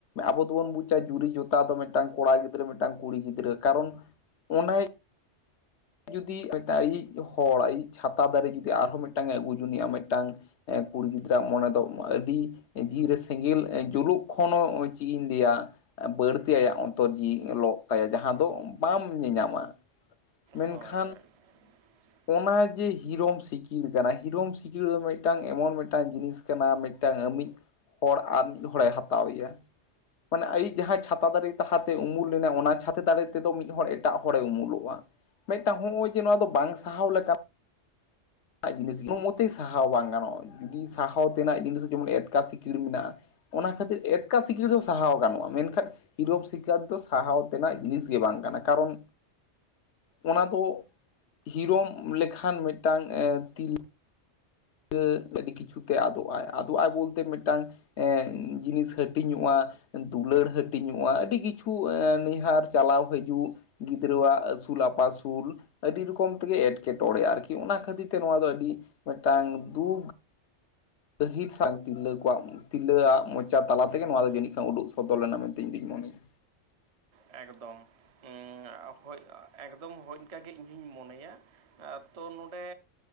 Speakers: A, on the left; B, on the right.
A: ᱟᱵᱚ ᱫᱚᱵᱚᱱ ᱵᱩᱪᱟ ᱡᱩᱨᱤ ᱡᱚᱛᱟ ᱫᱚ ᱢᱤᱫᱴᱟᱝ ᱠᱚᱲᱟ ᱜᱤᱫᱽᱨᱟᱹ ᱢᱤᱫᱴᱟᱝ ᱠᱩᱲᱤ ᱜᱤᱫᱽᱨᱟᱹ ᱠᱟᱨᱚᱱ ᱚᱱᱮᱭ ᱡᱩᱫᱤ ᱟᱛᱟᱭᱤᱡ ᱦᱚᱲ ᱟᱭᱤᱡ ᱪᱷᱟᱛᱟ ᱫᱟᱨᱮ ᱡᱩᱫᱤ ᱟᱨᱦᱚᱸ ᱢᱤᱜᱴᱟᱝᱼᱮ ᱟᱹᱜᱩ ᱡᱚᱱᱤᱼᱟ ᱢᱤᱜᱴᱟᱝ ᱮ ᱠᱩᱲᱤ ᱜᱤᱫᱽᱨᱟᱹᱣᱟᱜ ᱢᱚᱱᱮ ᱫᱚ ᱟᱹᱰᱤ ᱡᱤᱣᱤ ᱨᱮ ᱥᱮᱸᱜᱮᱞ ᱡᱩᱞᱩᱜ ᱠᱷᱚᱱ ᱦᱚᱸ ᱪᱮᱫ ᱤᱧ ᱞᱟᱹᱭᱟ ᱮ ᱵᱟᱹᱲᱛᱤ ᱟᱭᱟᱜ ᱚᱱᱛᱚᱨ ᱡᱤᱣᱤ ᱞᱚᱜ ᱛᱟᱭᱟ ᱡᱟᱦᱟᱸ ᱫᱚ ᱵᱟᱢ ᱧᱮᱧᱟᱢᱟ᱾ ᱢᱮᱱᱠᱷᱟᱱ
B: ᱦᱳᱭ ᱦᱳᱭ <unintelligible>
A: ᱚᱱᱟ ᱡᱮ ᱦᱤᱨᱳᱢ ᱥᱤᱠᱤᱲ ᱠᱟᱱᱟ ᱦᱤᱨᱳᱢ ᱥᱤᱠᱤᱲ ᱫᱚ ᱢᱤᱫᱴᱟᱝ ᱮᱢᱚᱱ ᱢᱤᱫᱴᱟᱝ ᱡᱤᱱᱤᱥ ᱠᱟᱱᱟ ᱢᱤᱫᱴᱟᱝ ᱟᱹᱢᱤᱡ ᱦᱚᱲ ᱟᱨ ᱢᱤᱫ ᱦᱚᱲᱮ ᱦᱟᱛᱟᱣᱮᱭᱟ᱾ ᱢᱟᱱᱮ ᱟᱭᱤᱡ ᱡᱟᱦᱟᱸᱭ ᱪᱷᱟᱛᱟ ᱫᱟᱨᱮ ᱛᱟᱦᱟ ᱛᱮ ᱩᱢᱩᱞ ᱞᱮᱱᱟᱭ ᱚᱱᱟ ᱪᱷᱟᱛᱟ ᱫᱟᱨᱮ ᱛᱮᱫᱚ ᱢᱤᱫ ᱦᱚᱲ ᱮᱴᱟᱜ ᱦᱚᱲᱮ ᱩᱢᱩᱞᱚᱜᱼᱟ᱾ ᱢᱤᱫᱴᱟᱝ ᱦᱩᱜᱼᱩᱭ ᱡᱮ ᱱᱚᱣᱟ ᱫᱚ ᱵᱟᱝ ᱥᱟᱦᱟᱣ ᱞᱮᱠᱟ ᱱᱟᱜ ᱡᱤᱱᱤᱥ ᱠᱳᱱᱳ ᱢᱚᱛᱮᱭ ᱥᱟᱦᱟᱣ ᱵᱟᱝ ᱜᱟᱱᱚᱜᱼᱟ ᱡᱩᱫᱤ ᱥᱟᱦᱟᱣ ᱛᱮᱱᱟᱜ ᱡᱤᱱᱤᱥ ᱡᱮᱢᱚᱱ ᱮᱛᱠᱟ ᱥᱤᱠᱤᱲ ᱢᱮᱱᱟᱜᱼᱟ᱾ ᱚᱱᱟ ᱠᱷᱟᱹᱛᱤᱨ ᱮᱛᱠᱟ ᱥᱤᱠᱤᱲ ᱫᱚ ᱥᱟᱦᱟᱣ ᱜᱟᱱᱚᱜᱼᱟ ᱢᱮᱱᱠᱷᱟᱱ ᱦᱤᱨᱳᱢ ᱥᱤᱠᱟᱹᱲ ᱫᱚ ᱥᱟᱦᱟᱣ ᱛᱮᱱᱟᱜ ᱡᱤᱱᱤᱥ ᱜᱮ ᱵᱟᱝ ᱠᱟᱱᱟ ᱠᱟᱨᱚᱱ ᱚᱱᱟ ᱫᱚ ᱦᱤᱨᱳᱢ ᱞᱮᱠᱷᱟᱱ ᱢᱤᱫᱴᱟᱝ ᱛᱤᱞᱼᱼ -ᱟᱹ ᱟᱹᱰᱤ ᱠᱤᱪᱷᱩ ᱛᱮ ᱟᱫᱚᱜᱼᱟᱭ ᱟᱫᱚᱜᱼᱟᱭ ᱵᱚᱞᱛᱮ ᱢᱤᱫᱴᱟᱝ ᱡᱤᱱᱤᱥ ᱦᱟᱹᱴᱤᱧᱚᱜᱼᱟ ᱫᱩᱞᱟᱹᱲ ᱦᱟᱹᱴᱤᱧᱚᱜᱼᱟ ᱟᱹᱰᱤ ᱠᱤᱪᱷᱩ ᱱᱤᱭᱦᱟᱨ ᱪᱟᱞᱟᱣ ᱦᱤᱡᱩᱜ ᱜᱤᱫᱽᱨᱟᱹᱣᱟᱜ ᱟᱹᱥᱩᱞ ᱟᱯᱟᱥᱩᱞ᱾ ᱟᱹᱰᱤ ᱨᱚᱠᱚᱢ ᱛᱮᱜᱮ ᱮᱸᱴᱠᱮᱴᱚᱬᱮᱼᱟ ᱟᱨᱠᱤ ᱚᱱᱟ ᱠᱷᱟᱹᱛᱤᱨ ᱛᱮ ᱱᱚᱣᱟ ᱫᱚ ᱟᱹᱰᱤ ᱢᱤᱫᱴᱟᱝ ᱫᱩᱠ ᱜᱟᱹᱦᱤᱨ ᱥᱟᱜ ᱛᱤᱨᱞᱟᱹ ᱠᱚᱣᱟᱜ ᱛᱤᱨᱞᱟᱹᱣᱟᱜ ᱢᱚᱪᱟ ᱛᱟᱞᱟ ᱛᱮᱜᱮ ᱱᱚᱣᱟ ᱫᱚ ᱡᱟᱹᱱᱤᱡ ᱠᱷᱟᱱ ᱩᱰᱩᱜ ᱥᱚᱫᱚᱨ ᱞᱮᱱᱟ ᱢᱮᱱᱛᱮ ᱤᱧ ᱫᱩᱧ ᱢᱚᱱᱮᱭᱟ᱾
B: ᱮᱠᱫᱚᱢ ᱮᱸ ᱦᱳᱡ ᱮᱠᱫᱚᱢ ᱦᱳᱡ ᱮᱱᱠᱟ ᱜᱮ ᱤᱧ ᱦᱚᱧ ᱢᱚᱱᱮᱭᱟ᱾ ᱛᱚ ᱱᱚᱰᱮ